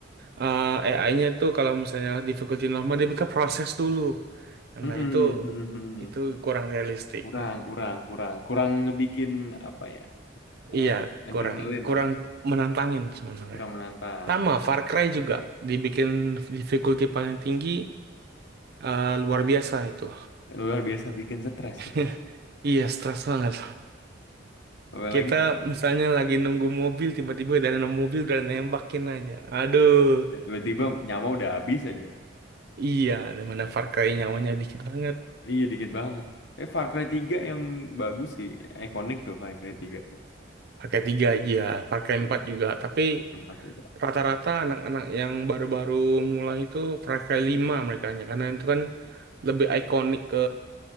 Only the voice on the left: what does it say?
Mm-mm,
mm-mm.
Kurang kurang kurang kurang ngebikin apa ya? eh,
adrenalin
lah,
kurang menantang
gitu.
luar biasa bikin stres
ya.
Apalagi
kalau
tiba-tiba nyawa udah habis aja.
Iya dikit banget. Eh Far Cry tiga yang bagus sih, ikonik tuh Far Cry tiga tuh.
Yang Far Cry 3.